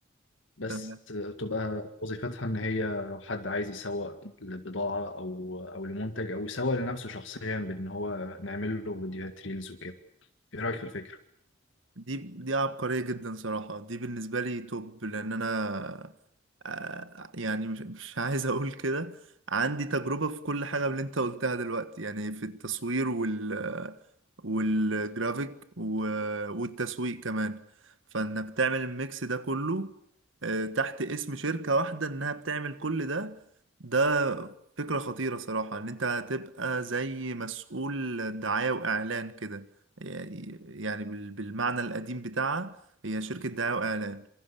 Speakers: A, on the left; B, on the right.
A: بس
B: تمام
A: آه، تبقى وظيفتها إن هي لو حد عايز يسوق لبضاعة أو أو لمنتج أو يسوق لنفسه شخصيا بإن هو نعمل له فيديوهات ريلز وكده إيه رأيك في الفكرة؟
B: دي دي عبقرية جدا صراحة دي بالنسبة لي توب لأن أنا آه، يعني مش مش عايز أقول كده عندي تجربة في كل حاجة من اللي أنت قلتها دلوقتي يعني في التصوير وال والجرافيك و- والتسويق كمان فإنك تعمل الميكس ده كله آه، تحت اسم شركة واحدة إنها بتعمل كل ده ده فكرة خطيرة صراحة إن أنت هتبقى زي مسؤول دعاية وإعلان كده يعني بال- بالمعنى القديم بتاعها هي شركة دعاية وإعلان